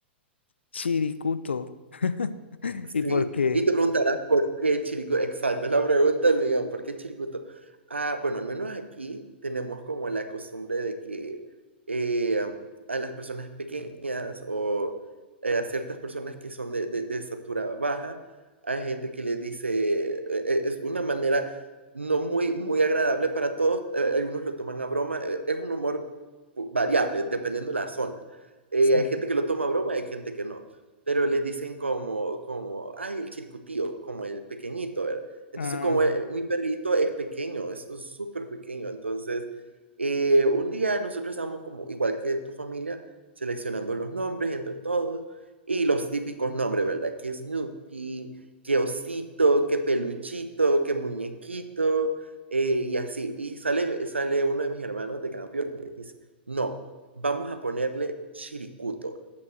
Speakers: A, on the left; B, on the right.
A: Chiricuto. <laughs>
B: Sí,
A: ¿Y por qué?
B: y te preguntarás por qué Chirico exacto, es la pregunta del millón, ¿por qué Chiricuto? Ah, bueno, al menos aquí tenemos como la costumbre de que, em, a las personas pequeñas o, eh, a ciertas personas que son de de de estatura baja, hay gente que les dice, e e es una manera no muy muy agradable para todos, eh, algunos lo toman a broma, eh, es un humor variable, dependiendo de la zona. Eh,
A: Sí.
B: hay gente que lo toma a broma, hay gente que no pero les dicen como, como, ay, el circuitío, como el pequeñito, ¿verdad? Entonces,
A: Ajá,
B: como eh, mi perrito es pequeño, es es súper pequeño, entonces, eh, un día nosotros estábamos como, igual que tu familia, seleccionando los nombres entre todos y los típicos nombres, ¿verdad? Que Snoopy, que osito, que peluchito, que muñequito, eh, y así. Y sale, sale uno de mis hermanos de campeón y me dice, no, vamos a ponerle chiricuto.